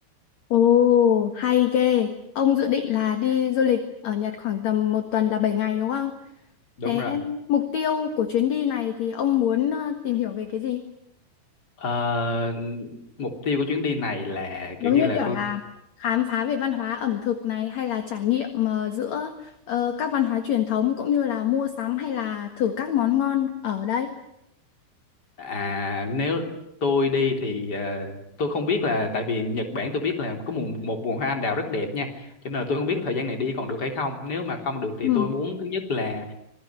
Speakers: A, on the left; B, on the left.
A: Ồ, hay ghê. Ông dự định là đi du lịch ở Nhật khoảng tầm một tuần là 7 ngày đúng không?
B: đúng
A: Thế
B: rồi
A: mục tiêu của chuyến đi này thì ông muốn ờ, tìm hiểu về cái gì?
B: Ờ, mục tiêu của chuyến đi này là
A: Giống
B: kiểu như
A: như
B: là
A: kiểu
B: tôi
A: là khám phá về văn hóa ẩm thực này hay là trải nghiệm ờ, giữa ờ, các văn hóa truyền thống cũng như là mua sắm hay là thử các món ngon ở đây.
B: à nếu tôi đi thì ờ, tôi không biết là tại vì Nhật Bản tôi biết là có một, một vườn hoa anh đào rất đẹp nha cho nên là tôi không biết là thời gian này đi còn được hay không nếu mà không được thì
A: Ừ,
B: tôi muốn thứ nhất là